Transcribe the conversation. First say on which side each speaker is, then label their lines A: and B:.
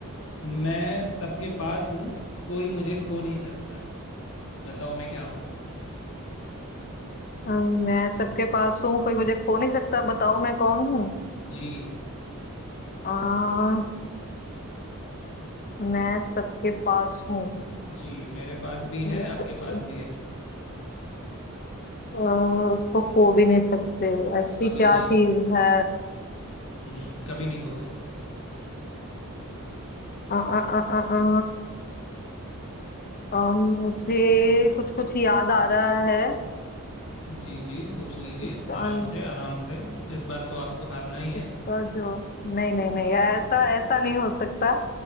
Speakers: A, on the left; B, on the left.
A: मैं सबके पास हूँ कोई मुझे खो नहीं सकता बताओ मैं क्या हूँ
B: अम, मैं सबके पास हूँ कोई मुझे खो नहीं सकता बताओ मैं कौन हूँ
A: जी
B: आ, मैं सबके पास हूँ
A: जी मेरे पास भी है
B: मैं सबके
A: आपके पास भी है
B: आ, उसको खो भी नहीं सकते ऐसी
A: कभी
B: क्या
A: नहीं
B: चीज है
A: हम्म कभी नहीं खो सकते
B: आ, आ, आ, आ, आ, अम, मुझे कुछ कुछ याद आ रहा है
A: जी जी सोच लीजिए
B: इसका
A: आराम से आराम से इस बार तो आपको हारना ही है
B: इसका जो नहीं नहीं नहीं ऐसा ऐसा नहीं हो सकता